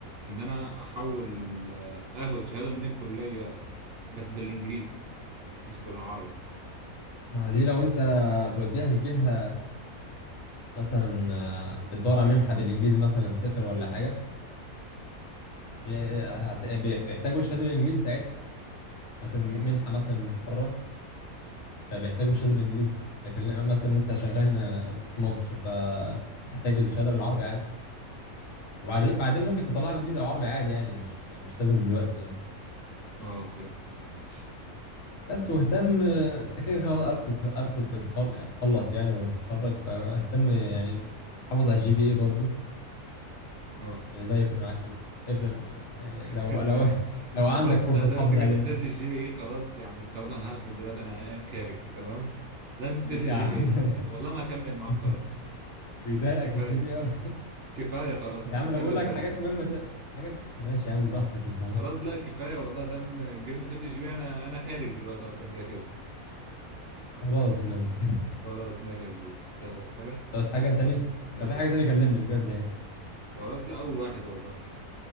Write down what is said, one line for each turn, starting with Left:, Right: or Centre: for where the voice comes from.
Right: ان انا احاول آه، اخد شهاده من الكليه بس بالانجليزي مش بالعربي
Left: ما دي لو انت توديها لجهه مثلا آه، بتدور على منحه بالانجليزي مثلا تسافر ولا حاجه آه، هت... بي- بيحتاجوا الشهاده بالانجليزي ساعتها مثلا منحه
Right: امم
Left: مثلا
Right: فهمت
Left: من بره فبيحتاجوا الشهاده بالانجليزي لكن لا، مثلا انت شغال هنا في مصر فتحتاج الشهاده بالعربي عادي وبعدين
Right: خلاص
Left: بعدين ممكن تطلعها بالانجليزي او عربي عادي يعني مش مش لازم دلوقتي يعني
Right: اه فهمت تمام ماشي
Left: بس واهتم آه، انت كده خلاص قربت تت- قربت تتخل- تخلص يعني وتتخرج فاهتم يعني حافظ على الجي بي اي برضه
Right: اه
Left: يعني ده يفرق معاك برضه يفرق آه، يعني
Right: <laughs>
Left: لو
Right: ماشي
Left: لو لو عندك
Right: طب بص
Left: فرصه
Right: آه، دام
Left: تحافظ
Right: انت جبت
Left: عليها
Right: سيره الجي بي اي خلاص يعني خلاص انا هقفل دلوقتي انا قايم خارج تمام دام جبت سيره
Left: ليه
Right: الجي
Left: يا عم
Right: بي اي والله ما هكمل معاك
Left: <laughs>
Right: خلاص
Left: بيضايقك
Right: كفايه
Left: الجي بي قوي
Right: كفايه خلاص مش
Left: يا عم
Right: بتكلم
Left: انا بقول لك
Right: تاني
Left: حاجات مهمه ت... حاجات ماشي يا عم براحتك انت
Right: خلاص
Left: حر
Right: لا كفايه والله دام جبنا سيره الجي بي انا انا خارج دلوقتي اصلا كده كده
Left: خلاص ماشي
Right: خلاص ماشي يا كبير يلا بس حاجه
Left: بس حاجة تانية
Right: لا
Left: لو
Right: تسلم
Left: في حاجة تانية كلمني بجد يعني
Right: خلاص لا اول واحد والله